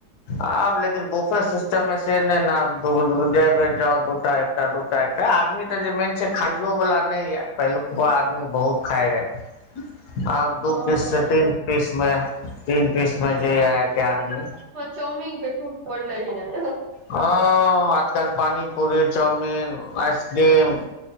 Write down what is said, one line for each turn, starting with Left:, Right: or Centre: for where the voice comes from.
Left: आब लेकिन बुफे सिस्टम मे सँ नइ नहि आब दुगो-दुगो जैबे जाउ दुटा। एकटा दूटा एकटा, आदमी तऽ जँ मेन छै खाइयो वला नहि यऽ, पहिलुकबा आदमी बहुत खाय रहे। आब दू
Right: हँ
Left: पीस सऽ
Right: ई
Left: तीन
Right: बात
Left: पीस में, तीन पीस में जँ यऽ आयके आदमी।
Right: चौमिंग पऽ टूट परलै हिये।
Left: हँ, आज-कल पानी-पूरी, चाउमिन, आइसक्रीम।